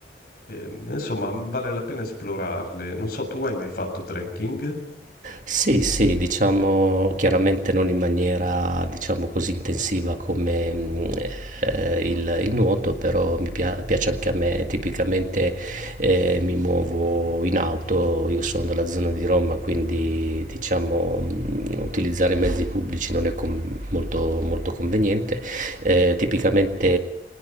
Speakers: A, on the left; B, on the right.
A: eh, insomma, vale la pena esplorarle. Non so, tu hai mai fatto trekking?
B: Sì, sì, diciamo chiaramente non in maniera, diciamo così intensiva come mh, eh, il, il nuoto, però mi pia- piace anche a me. Tipicamente eh, mi muovo in auto, io sono della zona di Roma, quindi diciamo mh, utilizzare i mezzi pubblici non è con- molto, molto conveniente. Eh, tipicamente